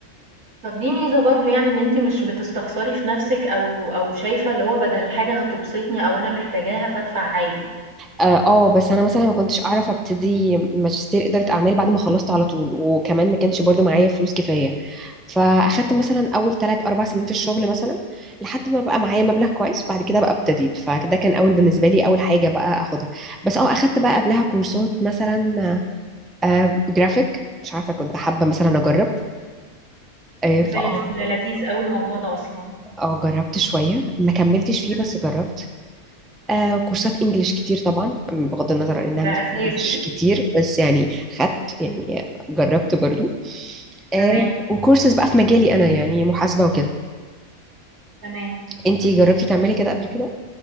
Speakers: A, on the right; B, in the centre.
A: طب دي ميزة برضه يعني إن أنتِ مش بتستخسري في نفسِك أو أو شايفة اللي هو بدل حاجة هتبسطني أو أنا محتاجاها فادفع عادي.
B: اه آه، بس انا مثلا ما كنتش اعرف ابتدي ماجستير اداره اعمال بعد ما خلصت على طول وكمان ما كانش برضو معايا فلوس كفايه فاخدت مثلا اول ثلاث اربع سنين في الشغل مثلا لحد ما بقى معايا مبلغ كويس بعد كده بقى ابتديت فده كان اول بالنسبه لي اول حاجه بقى اخدها بس اه اخدت بقى قبلها كورسات مثلا آه جرافيك مش عارفة كنت حابة مثلا أجرب آه
A: زي
B: فأه
A: الفل، لذيذ أوي الموضوع ده أصلًا.
B: أه آه، جربت شوية ما كملتش فيه
A: إمم.
B: بس جربت آه كورسات إنجليش كتير طبعا بغض النظر عن إنها
A: ده
B: مش
A: أساسي.
B: مش كتير بس يعني خدت يعني جربت برضو آه
A: تمام،
B: وكورسز بقى في مجالي أنا يعني محاسبة وكده
A: تمام.
B: أنتي جربتي تعملي كده قبل كده؟